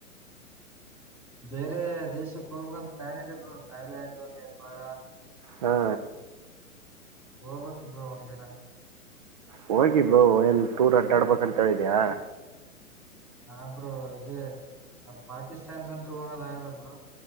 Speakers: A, in the centre; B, on the right.
A: ಬೇರೆ ದೇಶಕ್ಕೆ ಹೋಂತ ತಾನಿದೇ ಥಾಯ್ಲ್ಯಂಡು ನೇಪಾಳ
B: ಹಾ್
A: ಹೋಬಕ್ೊಬ್ರ ಒಂದ ದಿನ
B: ಹೋಗಿ ಬ್ರೋ ಏನ್ ಟೂರ್ ಅಡ್ಡಾಡ್ಬೇಕಂತ ಇದ್ಯಾ
A: ಹ ಬ್ರೂ ಇದೇ ಪಾಕಿಸ್ತಾನ್ ಕಂತ್ ಹೋಗದ ಆಗಲ್ಲ ಬ್ರರು